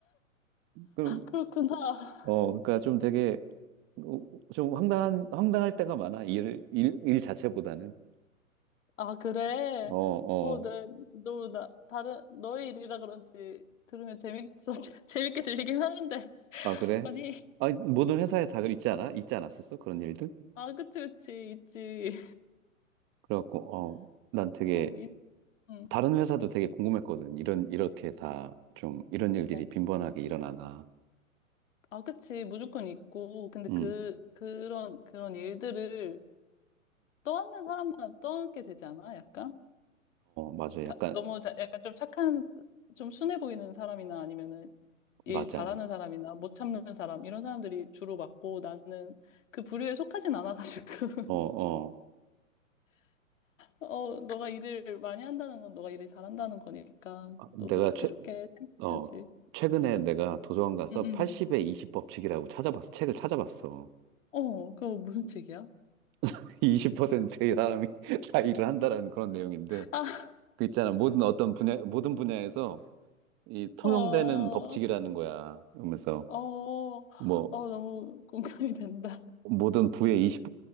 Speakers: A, on the right; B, on the left.
A: 그럼
B: 그렇구나.
A: 어 그러니까 좀 되게 어, 좀 황당한 황당할 때가 많아 일, 일, 일 자체보다는
B: 아, 그래.
A: 어어아
B: 어, 네. 너무 나, 다른, 너의 일이라 그런지 들으면 재밌어. <laughs> 재밌게 들리긴 하는데.
A: 그래
B: 아니,
A: 아 모든 회사에 다 있지 않아 있지 않았었어 그런 일들
B: 아, 그치, 그치. 있지.
A: 그래갖고 어 난 되게
B: 어, 있, 응.
A: 다른 회사도 되게 궁금했거든 이런 이렇게 다 좀 이런 일들이
B: 어,
A: 빈번하게 일어나나
B: 아, 그치. 무조건 있고. 근데
A: 음어
B: 그, 그런, 그런 일들을 떠안는 사람만 떠안게 되지 않아? 약간?
A: 맞아
B: 자,
A: 약간
B: 너무 자, 약간 좀 착한, 좀 순해 보이는 사람이나 아니면은 일
A: 맞아
B: 잘하는 사람이나 못 참는 사람 이런 사람들이 주로 맞고 나는 그 부류에 속하진 않아가지고 <laughs>
A: 어어
B: 어 너가 일을 많이 한다는 건 너가 일을 잘한다는 거니까
A: 내가
B: 너도 좋게
A: 최
B: 좋게 생각해야지.
A: 어, 최근에 내가 도서관 가서
B: 응응.
A: 80의 20 법칙이라고 찾아봤어. 책을 찾아봤어.
B: 어 그거 무슨 책이야?
A: <laughs> 20%의 사람이 <laughs> 다 일을 한다라는 그런 내용인데,
B: 아,
A: 그 있잖아. 모든 어떤 분야, 모든 분야에서 이 통용되는
B: <laughs> 어,
A: 법칙이라는 거야. 그러면서
B: 어, 어,
A: 뭐,
B: 너무 공감이 된다.
A: 모든 부의 20,